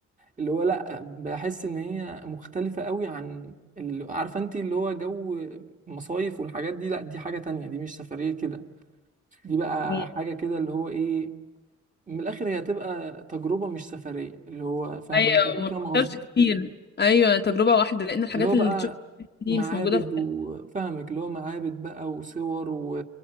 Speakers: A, on the right; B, on the left.
A: اللي هو لا بحس ان هي مختلفه قوي عن اللي عارفه انت اللي هو جو المصايف والحاجات دي لا دي حاجه تانية دي مش سفريه كده دي بقى
B: ايوه
A: حاجه كده اللي هو ايه من الاخر هي هتبقى تجربه مش سفريه اللي هو فاهم
B: ايوه
A: انت اكيد
B: وما
A: فاهم
B: بتشوفش كتير ايوه تجربة واحدة لان الحاجات
A: اللي هو
B: اللي
A: بقى
B: تشوفها دي
A: معابد
B: مش موجودة في
A: وفاهمك اللي هو معابد بقى وصور و...